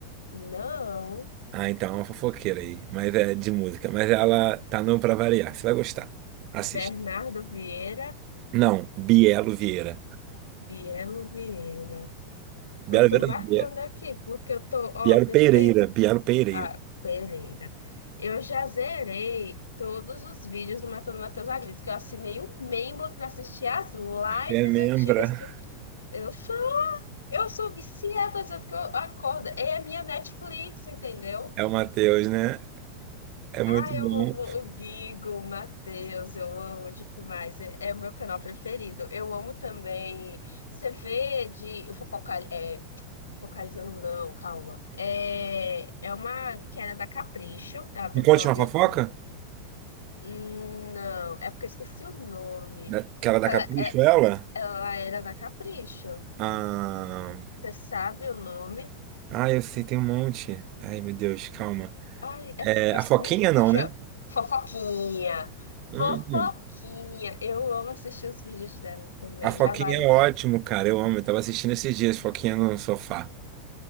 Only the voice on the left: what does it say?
Não,
Bernardo Vieira,
Bielo Vieira.
Eu tô
marcando
aqui, porque eu tô, ó,
pra
tu ter
Ah, Pereira. Eu já zerei todos os vídeos do Matando Matheus Agripto, que eu assinei o membro para assistir as lives
antigas que eu sou, eu sou viciada, dizendo que eu acordo. É a minha Netflix, entendeu?
Ah,
eu amo o Gigo, o Matheus, eu amo demais. É, é o meu canal preferido. Eu amo também. Você vê de o fofoca, é, focalizando não, calma. É, é uma que era da Capricho. Ela tem
um
canal no
YouTube.
Hum, Não, é porque eu esqueci o nome.
Ela,
é-
ela era da Capricho.
Você sabe o nome?
Ai, é
porque
me fuja.
Fofoquinha!
Fofoquinha!
Eu amo assistir os vídeos dela também.
Já vale
tanto.